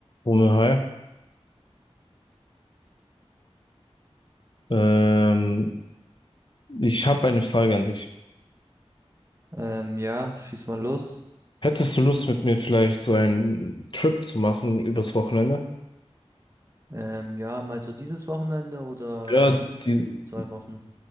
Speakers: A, on the left; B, on the right.
A: Romeo, hi. Ähm, ich habe eine Frage an dich.
B: Ähm, ja, schieß mal los.
A: Hättest du Lust, mit mir vielleicht so einen Trip zu machen übers Wochenende?
B: Ähm, ja, meinst du dieses Wochenende oder
A: Ja,
B: das
A: die,
B: sind zwei Wochen?